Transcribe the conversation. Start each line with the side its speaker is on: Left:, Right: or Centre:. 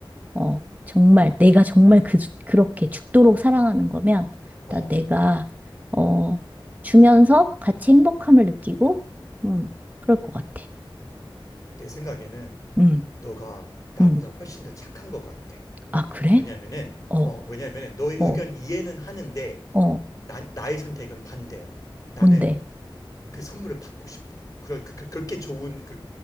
Right: 어, 정말 내가 정말 그 그렇게 죽도록 사랑하는 거면
Left: 어,
Right: 나 내가 어 주면서 같이 행복함을 느끼고 음 그럴 것 같아.
Left: 내 생각에는
Right: 음.
Left: 너가 나보다
Right: 음.
Left: 훨씬 더 착한 것 같아.
Right: 아, 그래?
Left: 왜냐면은,
Right: 어,
Left: 어, 왜냐면은 너의 의견
Right: 어,
Left: 이해는 하는데,
Right: 어,
Left: 나, 나의 선택은 반대야. 나는
Right: 뭔데?
Left: 그 선물을 받고 싶어. 그럴, 그, 그, 그렇게 좋은, 그,